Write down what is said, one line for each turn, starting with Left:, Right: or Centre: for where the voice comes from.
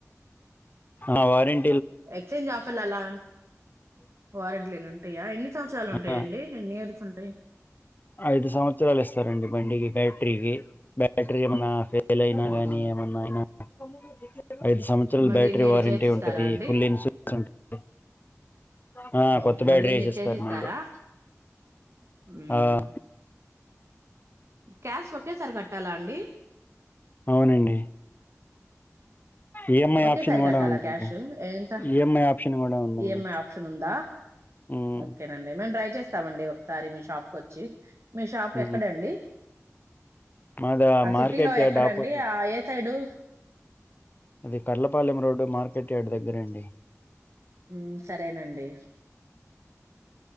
Left: ఆ వారెం
Right: ఎక్స్చేంజ్ ఆఫర్లు అలా వారెంట్లీలు ఉం టయా ఎన్ని సంవత్సరాలు ఉంటాయ్
Left: ఆ
Right: అండి ఎన్ని ఇయర్స్ ఉంటాయ్
Left: ఐదు సంవత్సరాలు ఇస్తారండి బండికి బ్యాటరీకి బ్యా ట్రీ ఏమన్నా ఫే లైనా గానీ
Right: మ్మ్
Left: ఏమన్నా అయినా <unintelligible> ఐదు సంవత్సరాల
Right: మళ్ళీ
Left: బ్యాటరీ
Right: మీరు
Left: వారంటీ
Right: చేసిస్తారా
Left: ఉంటుంది
Right: అండి
Left: ఫుల్ ఇన్సూరెన్స్ ఉంటుం హ్ ఆ
Right: మ్మ్
Left: కొత్త బ్యాటరీ
Right: మళ్ళీ మీరు
Left: ఏశిస్తారండి
Right: చేసిస్తారా మ్మ్
Left: ఆ అ
Right: క్యాష్ ఒకేసారి కట్టాలా అండి
Left: అవునండి ఈఎంఐ
Right: ఒకేసారి
Left: ఆప్షన్
Right: కట్టాలా
Left: కూడా ఉందండి
Right: క్యాష్ ఏంట
Left: ఈఎంఐ ఆప్షన్ కూడా ఉందండి
Right: ఈఎంఐ ఆప్షన్ ఉందా
Left: ఉమ్
Right: ఓకేనండి మేం ట్రై చేస్తామండి ఒకసారి మీ షాప్ కు వచ్చి మీ షాప్
Left: ఉమ్
Right: ఎక్కడండి
Left: మాది
Right: ఆ సిటీ
Left: మార్కెట్
Right: లో
Left: యార్డ్
Right: ఎక్కడండి
Left: ఆపోజిట్
Right: ఆ ఏ సైడు
Left: అది కడలపాలెం రోడ్డు మార్కెట్ యార్డ్ దగ్గర అం డి
Right: మ్మ్ సరేనండి